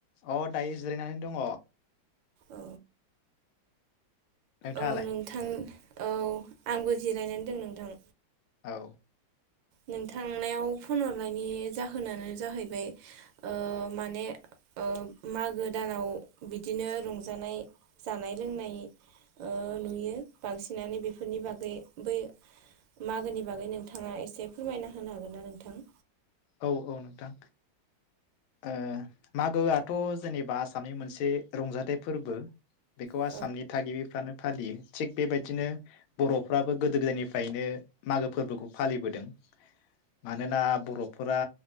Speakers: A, on the left (about 85°); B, on the right (about 75°).
A: अ दायो जिरायनानै दङ,
B: औ
A: नोंथाङालाय
B: औ नोंथां औ आंबो जिरायनानै दं नोंथां
A: औ
B: नोंथांनेयाव फन हरनायनि जाहोनानो जाहैबाय ओ माने ओ मागो दानाव बिदिनो रंजानाय जानाय लोंनाय ओ नुयो बांसिनानो बेफोरनि बागै बै मागोनि बागै नोंथांङा एसे फोरमायना होनो हागोन ना नोंथां?
A: औ औ नोंथां ओ मागोआथ जेनेबा आसामनि मोनसे रंजाथाइ फोरबो। बेखौ
B: औ
A: आसामनि थागिबिफ्रानो फालियो। थिग बेबायदिनो बर'फ्राब बो गोदो गोदायनिफ्रायनो मागो फोरबोखौ फालिबोदों। मानोना बर'फ फोरा